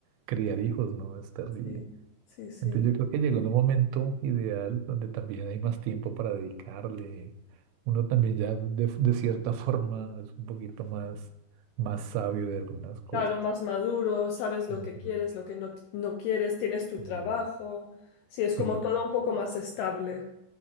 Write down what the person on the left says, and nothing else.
Sí, sí, sí.
no.
Claro, más maduro, sabes lo
que quieres, lo que no, no quieres, tienes tu
trabajo, sí, es como
todo un poco más estable.